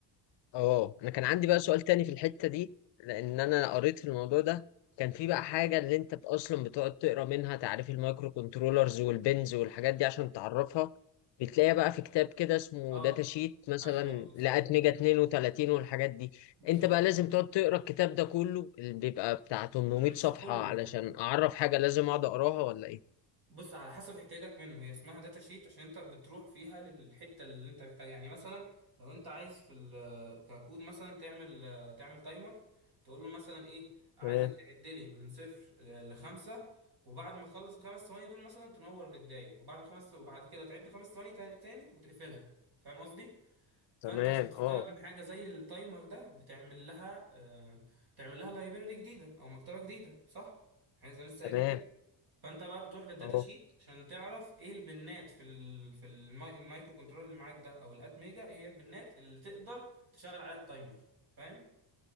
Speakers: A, on the left; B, on the right.
A: اه انا كان عندي بقى سؤال تاني في الحتة دي لان انا قريت في الموضوع ده كان في بقى حاجة اللي انت بت- اصلا بتقعد تقرا منها تعريف المايكرو كنترولرز والبنز والحاجات دي عشان تعرفها بتلاقيها بقى في كتاب كده اسمه
B: اه
A: داتا شيت مثلا
B: ايوه كنت لسه
A: لقيت
B: هقول.
A: ميجا 32 والحاجات دي
B: بالظبط
A: انت بقى لازم تقعد تقرا الكتاب ده كله اللي بيبقى بتاع 800
B: مش
A: صفحة
B: كله
A: علشان
B: يعني
A: اعرف حاجة لازم اقعد اقراها ولا ايه
B: بص على حسب احتياجك منه هي اسمها داتا شيت عشان انت بتروح فيها للحته اللي انت محتاجها يعني مثلا لو انت عايز في ال- ككود مثلا تعمل تعمل تايمر تقول له مثلا ايه عايزك
A: تمام
B: تعد لي من صفر لخمسه وبعد ما تخلص الخمس ثواني دول مثلا تنور للدايه وبعد خمس وبعد كده تعد خمس ثواني تا- تاني وتقفلها فاهم قصدي؟ فانت
A: تمام
B: عشان تستخدم
A: اه
B: حاجه زي التايمر ده بتعمل لها آه، تعمل لها لايبرري جديده او مكتبه جديده صح؟ يعني انا لسه
A: تمام
B: قايل لك كده فانت بقى بتروح للداتا
A: اهو
B: شيت عشان تعرف ايه البنات في ال في الماي- المايكرو كنترول اللي معاك ده او الات ميجا ايه هي البنات اللي تقدر تشغل عليها التايمر فاهم